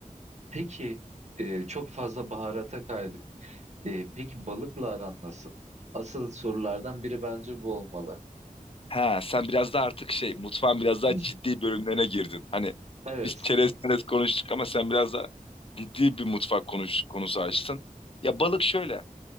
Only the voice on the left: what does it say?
he, sen biraz daha artık şey mutfağın biraz daha
ciddi bölümlerine girdin. Hani
biz çerez çerez konuştuk ama sen biraz daha ciddi bir mutfak konuş, konusu açtın. Ya balık şöyle.